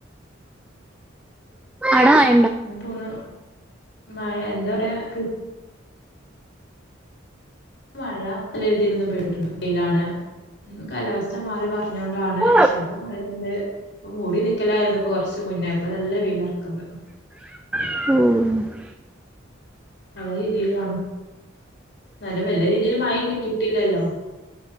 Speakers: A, in the centre; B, on the left.
A: അട മഴ
B: <unintelligible> പൂണ മഴ എന്താ അറിയ ക്ക് മഴ നല്ല രീതിലൊന്ന് പെയ്തിട്ടുണ്ട് പിയിലാണ് കാലാവസ്ഥ ച്ചം മാറി പറഞ്ഞൊണ്ടാണ്
A: ഓ
B: ചിലപ്പം മഴണ്ട് ഇപ്പ മൂടി നിക്കലായിരുന്നു ഇപ്പ കൊറച്ച മുന്നേ ഇപ്പ നല്ല വെയില ഇറക്കണ്ട്
A: ഓഹ്
B: നല്ല രീതിൽ വേണം നല്ല വല്ല രീതിൽ മായെ കിട്ടീട്ടല്ലല്ലോ